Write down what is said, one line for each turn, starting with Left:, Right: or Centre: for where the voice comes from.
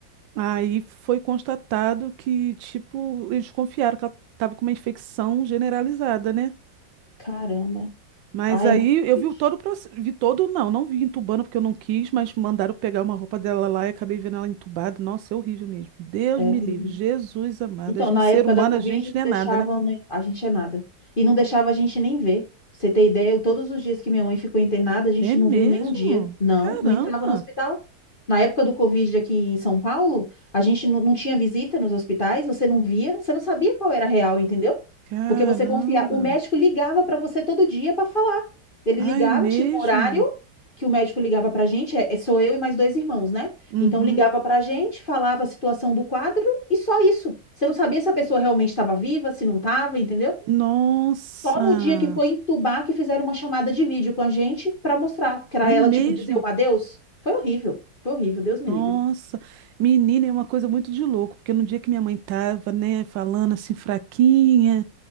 Right: Aí foi constatado que, tipo, eles desconfiaram que ela estava com uma infecção generalizada, né?
Left: Caramba.
Right: Mas
Left: Ah, é
Right: aí
Left: muito
Right: eu
Left: triste.
Right: vi todo o processo, vi todo, não, não vi entubando porque eu não quis, mas mandaram pegar uma roupa dela lá e acabei vendo ela entubada. Nossa, é horrível mesmo. Deus
Left: É
Right: me
Left: horrível.
Right: livre, Jesus amado.
Left: Então,
Right: A gente,
Left: na
Right: ser
Left: época
Right: humano,
Left: da Covid,
Right: a gente
Left: não
Right: não é
Left: deixavam
Right: nada, né?
Left: nem- a gente é nada. E não deixava a gente nem ver. Pra Você ter ideia, eu- todos os dias que minha mãe ficou internada, a gente
Right: É mesmo?
Left: não viu nenhum dia. Não,
Right: Caramba!
Left: não entrava no hospital. Na época do Covid aqui em São Paulo, a gente não, não tinha visita nos hospitais, você não via, você não sabia qual era a real, entendeu?
Right: Caramba!
Left: Porque você confiava. O médico ligava para você todo dia para falar. Ele
Right: Ah,
Left: ligava,
Right: é mesmo?
Left: tinha um horário que o médico ligava para a gente, é- é- sou eu e mais dois irmãos, né?
Right: Uhum.
Left: Então ligava para a gente, falava a situação do quadro. E só isso. Você não sabia se a pessoa realmente estava viva, se não estava, entendeu?
Right: Nossa!
Left: Só no dia que foi entubar que fizeram uma chamada de vídeo com a gente para mostrar, para
Right: É
Left: ela,
Right: mesmo?
Left: tipo, dizer o adeus. Foi horrível. Foi horrível, Deus me
Right: Nossa,
Left: livre.
Right: menina, é uma coisa muito de louco, porque no dia que minha mãe tava, né, falando assim, fraquinha,